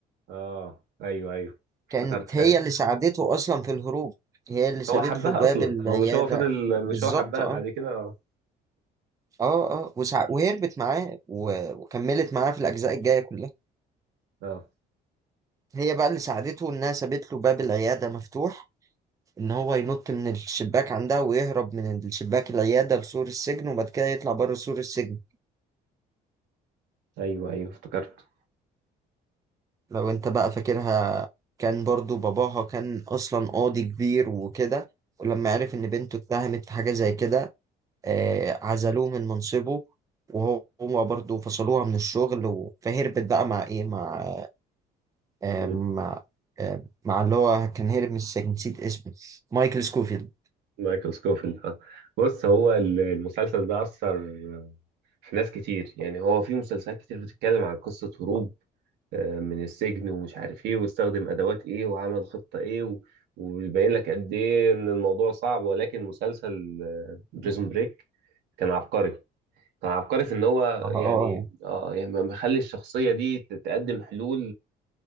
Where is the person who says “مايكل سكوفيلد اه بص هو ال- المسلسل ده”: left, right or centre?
Right